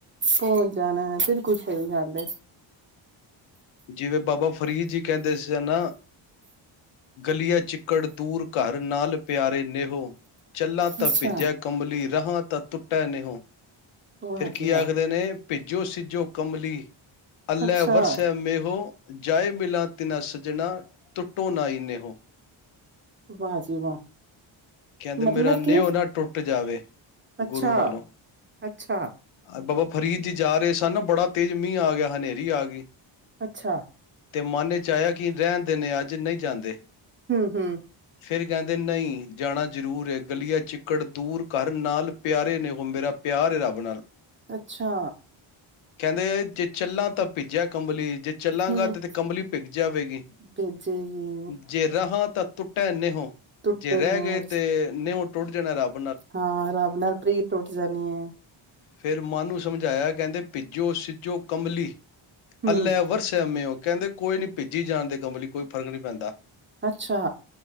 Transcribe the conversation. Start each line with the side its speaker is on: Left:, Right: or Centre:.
Right: ਪਹੁੰਚ ਜਾਣੈ ਕੁਛ ਨੀ ਜਾਂਦੇ।
Left: ਜਿਵੇਂ ਬਾਬਾ ਫਰੀਦ ਜੀ ਕਹਿੰਦੇ ਸਨ, ਗਲੀਆ ਚਿੱਕੜ ਦੂਰ ਘਰ ਨਾਲ ਪਿਆਰੇ ਨੇਹੋ ਚੱਲਾਂ ਤਾਂ
Right: ਅੱਛਾ
Left: ਭਿੱਜਿਆ ਕੰਬਲੀ ਰਹਾਂ ਤਾਂ ਤੁੁ ਟੇ ਨੇਹੋ।
Right: ਵਾਹ
Left: ਫਿਰ ਕੀ
Right: ਜੀ ਵਾਹ
Left: ਆਖਦੇ ਨੇ ਭਿੱਜੋ ਸਿੱਜੋ ਕਮਲੀ ਅੱਲੇ
Right: ਅੱਛਾ
Left: ਵਰਸ਼ੇ ਮੇਹੋ। ਜਾਏ ਮਿਲਾ ਤਿਨਾ ਸੱਜਣਾ ਤੁੁੱਟੋ ਨਾਹੀ ਨੇਹੋ।
Right: ਵਾਹ ਜੀ ਵਾਹ।
Left: ਕਹਿੰਦੇ ਮੇਰਾ
Right: ਮਤਲਬ
Left: ਨਿਹੋ
Right: ਕਿ
Left: ਨਾ ਟੁੱਟ ਜਾਵੇ
Right: ਅੱਛਾ
Left: ਗੁਰੂ ਨਾਲੋਂ।
Right: ਅੱਛਾ
Left: ਬਾਬਾ ਫਰੀਦ ਜਾ ਰਹੇ ਸਨ ਨਾ ਬੜਾ ਤੇਜ਼ ਮੀਂਹ ਆ ਗਿਆ ਹਨੇਰੀ ਆ ਗਈ।
Right: ਅੱਛਾ
Left: ਤੇ ਮਨ ਵਿਚ ਆਇਆ ਕਿ ਰਹਿਣ ਦਿੰਨੇ ਅੱਜ ਨਹੀਂ ਜਾਂਦੇ।
Right: ਹੂੰ ਹੂੰ
Left: ਫੇਿਰ ਕਹਿੰਦੇ ਨਹੀਂ ਜਾਣਾ ਜ਼ਰੂਰ ਹੈ ਗਲੀਆ ਚਿੱਕੜ ਦੂਰ ਘਰ ਨਾਲ ਪਿਆਰੇ ਨੇ ਉਹ ਮੇਰਾ ਪਿਆਰ ਹੈ ਰੱਬ। ਉਹ ਨਾਲ
Right: ਅੱਛਾ
Left: ਕਹਿੰਦੇ ਜੇ ਚੱਲਾਂ ਤਾਂ ਭਿੱਜਿਆ ਕੰਬਲੀ ਜੇ ਚੱਲਾਂਗਾ
Right: ਹੂੰ
Left: ਤੇ ਤੇ ਕੰਬਲੀ ਪਿਗ ਜਾਵੇਗੀ,
Right: ਭੇਜੇਗੀ
Left: ਜੇ ਰਹਾਂ ਤਾਂ ਤੁੁੱਟਿਆ ਨਹੀਂ ਹੋ।
Right: ਟੁੱਟੇ
Left: ਜੇ ਰਹਿ
Right: ਨੀ
Left: ਗਏ
Right: ਅੱਜ।
Left: ਤੇ ਨਿਓ। ਟੋਟ ਜਾਣਾ ਰੱਬ ਟੋ
Right: ਹਾਂ ਰੱਬ ਨਾਲ ਪ੍ਰੀਤ ਉੱਠ ਜਾਣੀ ਹੈ।
Left: ਫਿਰ ਮਨ ਨੂੰ ਸਮਝਾਇਆ ਕਹਿੰਦੇ ਭਿਜੋ ਸਿੱਜੋ ਕਮਲੀ।
Right: ਹੂੰ
Left: ਅੱਲੇ ਵਰਸੇ ਮੇੳ ਕਹਿੰਦੇ ਕੋਈ ਨੀ ਭਿੱਜੀ ਜਾਣ ਦੇ ਕਮਲੀ ਕੋਈ ਫਰਕ ਨਹੀਂ ਪੈਂਦਾ।
Right: ਅੱਛਾ